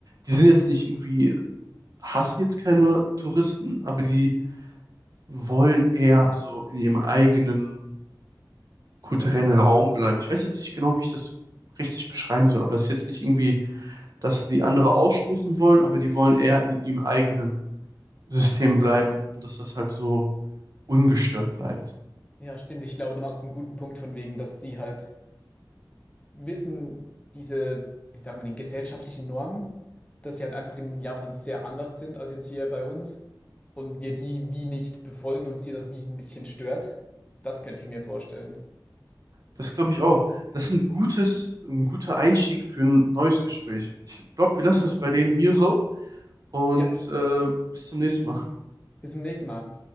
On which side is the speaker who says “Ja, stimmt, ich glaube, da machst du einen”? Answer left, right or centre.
Left